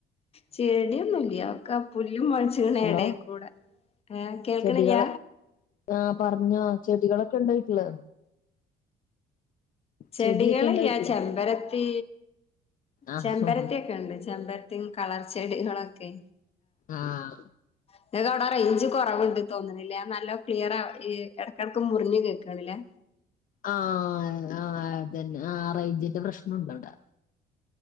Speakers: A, on the left; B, on the left.
A: ചെടിയൊന്നുല്ല ഒക്കെ പുല്ലും മുളച്ചു ച്ച്ണ്
B: ഹലോ
A: ഇടക്കൂടെ, ഏഹ് കേൾക്കണില്ല
B: ചെടികള് ആഹ് പറഞ്ഞോ ചെടികളൊക്കെ ഉണ്ടായിട്ട
A: ചെടികളില്ല
B: ചെടിയൊക്കെ ഇണ്ടാ വീട്ടില്
A: ചെമ്പരത്തി
B: ആഹ്
A: ചെമ്പരത്തിയൊക്കെ ഉണ്ട്, ചെമ്പര ത്തിമം കളർച്ചെടികളൊക്കെ
B: ആഹ്
A: ങ്ങക്ക് അവിടെ റേഞ്ച് കുറവുണ്ട് തോന്നണില്ലേ? നല്ലോ ക്ലിയറ ഈ ഇടക് ഇടക്ക് മുറിഞ് കേൾക്കണില്ലേ
B: ആഹ് ആഹ് അതന്നെ ആഹ് റേഞ്ജിന്റെ പ്രശ്നംണ്ട് ഇവിടെ